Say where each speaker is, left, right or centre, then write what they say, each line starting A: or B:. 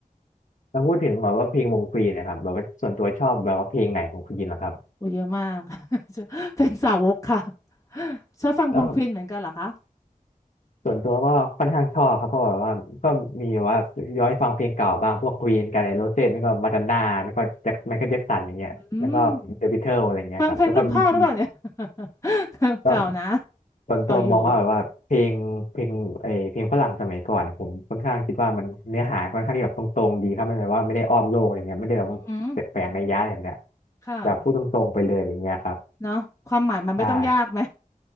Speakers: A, on the left; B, on the left.
A: แล้วพูดถึงแบบว่าเพลงวงควีนนะครับแบบว่าส่วนตัวชอบแบบว่าเพลงไหนของควีนนะครับ
B: โอ้เยอะมาก <laughs> เป็นสาวกค่ะชอบฟังควง
A: แล้ว
B: Queen เหมือนกันเหรอคะ
A: ส่วนตัวก็ค่อนข้างชอบครับเพราะแบบว่าก็มีว่าย้อนฟังเพลงเก่าบ้างพวกควีนกันไอโรเซ่ไม่ก็มาดอนน่าไม่ก็แจ็คไมเคิลแจ็คสันอย่างเงี้ยแล้วก็เดอะบิทเทิลอะไรเงี้ยครับแล้วก็บีจี
B: อืมฟังเพลงรุ่นพ่อหรือเปล่าเนี่ย <laughs>
A: ก็
B: เก่านะ
A: ส่วนตัวมองว่าแบบว่าเพลงเพลงไอเพลงฝรั่งสมัยก่อนผมค่อนข้างคิดว่ามันเนื้อหาค่อนข้างที่แบบตรงๆดีครับไม่แบบว่าไม่ได้อ้อมโลกอะไรเงี้ยไม่ได้แบบว่า
B: เราอยู่อือหือ
A: แฝงในยยะอะไรแบบเนี้ย
B: ค่ะ
A: แบบพูดตรงๆไปเลยอย่างเงี้ยครับ
B: เนาะความหมายมันไม่ต้องยากไหม
A: ใช่